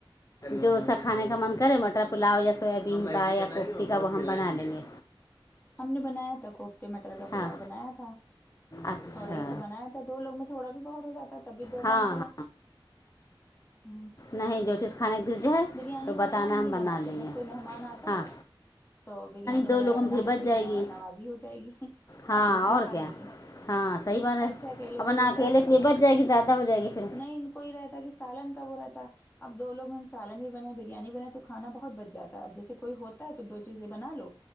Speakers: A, on the left (about 40°); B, on the left (about 25°).
A: جو سا کھانے کا من کرے مٹر پلاؤ جیسا بین کا یا کوفتی کا وہ ہم بنا لیں گے
B: ہم نے بنایا تھا کوفتے مٹر کا پلاؤ
A: ہاں
B: بنایا تھا
A: اچھا
B: تھوڑا ہی سا بنایا تھا دو لوگ میں تھوڑا بھی بہت ہو جاتا ہے تب بھی دو
A: ہاں
B: ٹائم چلا
A: ہاں
B: ہ
A: نہیں جو چیز کھانے کی دل ہے
B: بریانی
A: تو بتانا
B: وغیرہ ہم نہیں
A: بنا
B: بناتے
A: لیں
B: جب
A: گے
B: کوئی مہمان آتا
A: ہاں
B: ہے تو بریانی
A: دو
B: وغیرہ
A: لوگوں
B: بنا
A: میں پھر
B: لیتے
A: بچ جائے
B: کہ مہمان
A: گی
B: نوازی ہو جائے گی
A: ہاں
B: ہم لوگ بھی
A: اور
B: کھا
A: کیا
B: لیں گے
A: ہاں سہی بات ہے
B: ایسے اکیلے
A: اپن
B: کے لیے
A: اکیلے
B: کیا بنائیں
A: کی لی بچ جائے گی زیادہ ہو جائے گی پھر
B: نہیں ان رہتا کہ سالن کا وہ رہتا اب دو لوگ میں سالن بھی بن بریانی بنائے تو کھانا بہت بچ جاتا ہے اب جیسے کوئی ہوتا ہے تو دو چیزیں بنا لو